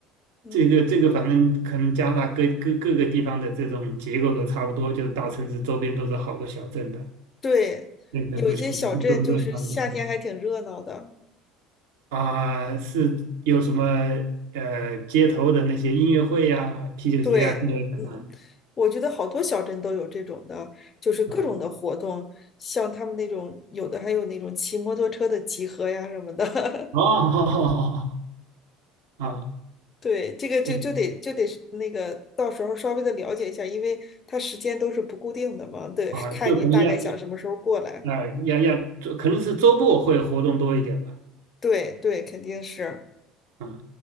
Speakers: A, on the left; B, on the right.
A: 嗯，
B: 这个这个，反正可能加拿大各各各个地方的这种结构都差不多，就是大城市周边都是好多小镇的，
A: 对，
B: 那个估计估计跟多伦多也差不多。
A: 有一些小镇就是夏天还挺热闹的。
B: 嗯啊、是有什么呃街头的那些音乐会呀、啤酒节呀之类的啊，
A: 对，嗯，我觉得好多小镇都有这种的，就是各种的活动，
B: 嗯，
A: 像他们那种有的还有那种骑摩托车的集合呀什么的。
B: 哦，
A: <laughs>
B: <laughs> 啊，
A: 对，这个就就得就得是那个到时候稍微的了解一下，
B: 对，
A: 因为它时间都是不固定的嘛。对，
B: 啊，
A: 看您大概想什么时候过来。
B: 就肯定要啊要要，可能是周末会活动多一点吧，
A: 对对，肯定是。
B: 嗯，